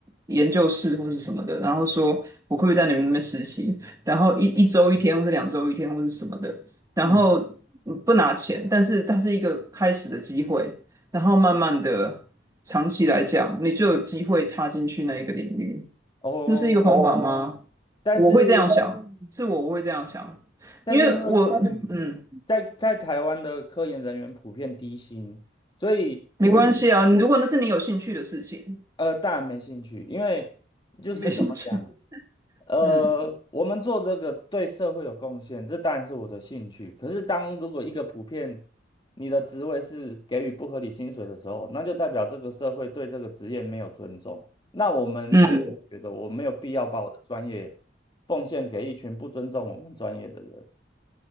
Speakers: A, on the right (about 20°); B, on the left (about 25°).
A: 研究室或是什么的，然后说我会不会在你们那边实习，然后一一周一天，或是两周一天，或是什么的。然后嗯不拿钱，
B: 嗯，
A: 但是它是一个开始的机会，然后慢慢的长期来讲，你就有机会踏进去那一个领域，
B: 哦，
A: 这是一个方法哦，吗？
B: 但是
A: 我会这样想，是我我会这样想，
B: 但是因为嗯，
A: 因为我嗯
B: 在在台湾的科研人员普遍低薪，所以我
A: 没关嗯，系啊，如果那是你有兴趣的事情，
B: 呃当然没兴趣，因为就是怎么讲。
A: 你没兴趣，<laughs>
B: 呃，
A: 嗯。
B: 我们做这个对社会有贡献，这当然是我的兴趣。可是，当如果一个普遍你的职位是给予不合理薪水的时候，那就代表这个社会对这个职业没有尊重。那我们，
A: 嗯，
B: 我觉得我没有必要把我的专业奉献给一群不尊重我们专业的人。